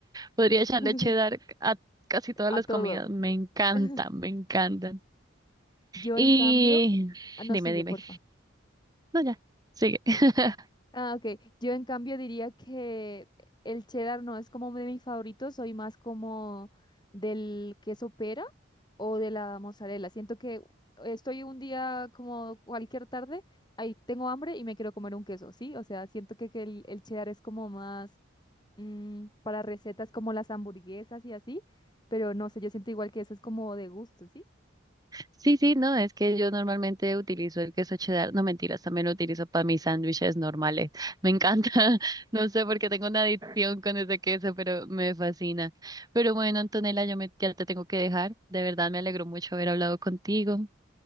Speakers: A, on the right (about 20°); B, on the left (about 20°).
A: podría
B: <laughs>
A: echarle cheddar a casi todas
B: A
A: las
B: todo.
A: comidas. Me encantan,
B: <laughs>
A: me encantan.
B: Yo,
A: Y
B: en cambio. ah, No,
A: dime,
B: sigue,
A: dime.
B: porfa.
A: No, ya, sigue. <laughs>
B: Ah, ok. Yo en cambio diría que el cheddar no es como de mis favoritos, soy más como del queso pera o de la mozzarella. Siento que estoy un día como cualquier tarde, ahí tengo hambre y me quiero comer un queso, ¿sí? O sea, siento que, que el, el cheddar es como más mm, para recetas como las hamburguesas y así, pero no sé, yo siento igual que eso es como de gusto, ¿sí?
A: Sí, sí, no, es que yo normalmente utilizo el queso cheddar, no mentiras, también lo utilizo para mis sándwiches normales. Me encanta, <laughs> no sé por qué tengo una adicción con ese queso, pero me fascina. Pero bueno, Antonella, yo me, ya te tengo que dejar. De verdad me alegró mucho haber hablado contigo.